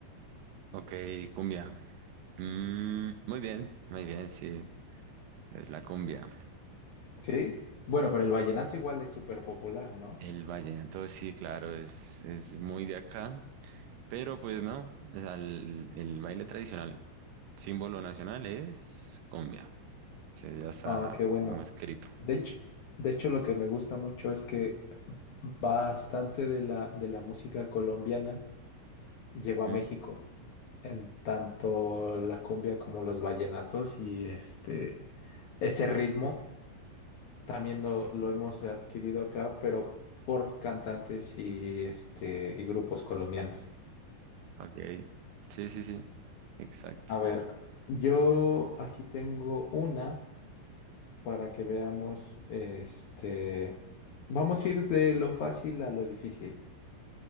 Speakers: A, on the right; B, on the left.
A: Ok, cumbia. Mm, muy bien, muy bien, sí, es la cumbia.
B: ¿Sí? Bueno, pero el vallenato igual es súper popular, ¿no?
A: El vallenato, sí, claro, es, es muy de acá, pero pues no, o sea, el, el baile tradicional Símbolo nacional es cumbia. Sí, ya está
B: Ah, qué bueno.
A: como escrito.
B: De hecho, de hecho, lo que me gusta mucho es que bastante de la, de la música colombiana llegó a
A: ¿Mm?
B: México, en tanto la cumbia como los vallenatos y este ese ritmo también lo, lo hemos adquirido acá, pero por cantantes y, este, y grupos colombianos.
A: Ok. Sí, sí, sí. Exacto.
B: A ver, yo aquí tengo una para que veamos, este, vamos a ir de lo fácil a lo difícil.